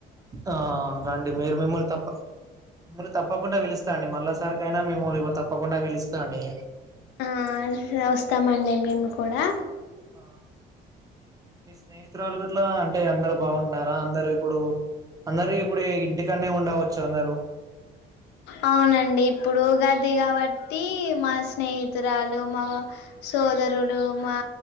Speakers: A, on the right (about 20°); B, on the left (about 85°).
A: ఆ రండి మీరు మిమ్మల్ని తప్ప మీరు తప్పకుండా వెలు స్తా అండి మళ్ళ సరికియినా మేము ఇ తప్పకుండా పిలుస్తా అండి
B: అహ్ వస్తామండి మేము కూడా
A: ఆ మీ స్నేహితురాలు గిట్ల అంటే అందరు బాగుంటున్నారా అందరుూ ఇప్పుడు అందరు ఇప్పుడ ఇంటికాడనే ఉండవచ్చు అందరుూ
B: అవునండి ఇప్పుడు ఉగాది కాబట్టి మా స్నేహితురాలు మా సోదరులు మా